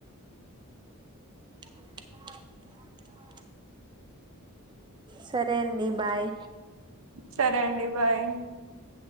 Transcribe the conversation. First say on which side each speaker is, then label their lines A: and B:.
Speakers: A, on the right (about 20°); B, on the right (about 65°).
A: అవు సరే అండి బాయ్
B: సరే అండి బాయ్
A: అ